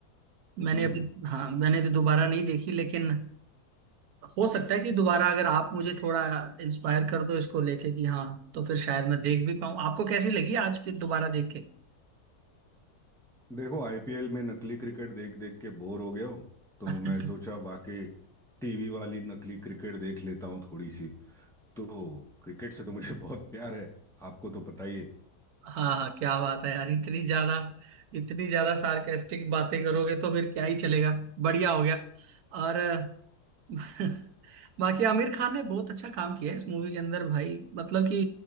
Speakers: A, on the right; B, in the centre.
A: मैंने
B: हम्म
A: अभी हाँ मैंने भी दोबारा नहीं देखी लेकिन हो सकता है कि दोबारा अगर आप मुझे थोड़ा इंस्पायर कर दो इसको लेके कि हाँ तो फिर शायद मैं देख भी पाऊँ आपको कैसी लगी आज फिर दोबारा देख के
B: देखो आईपीएल में नकली क्रिकेट देख देख के बोर हो गया हूँ तो
A: <laughs>
B: मैं सोचा वाकई टीवी वाली नकली क्रिकेट देख लेता हूँ थोड़ी सी तो क्रिकेट से तो मुझे <laughs> बहुत प्यार है आपको तो पता ही है
A: हाँ हाँ क्या बात है यार इतनी ज्यादा इतनी ज्यादा सार्केस्टिक बातें करोगे तो फिर क्या ही चलेगा बढ़िया हो गया और अ, <laughs> बाकी आमिर खान ने बहुत अच्छा काम किया है इस मूवी के अंदर भाई मतलब कि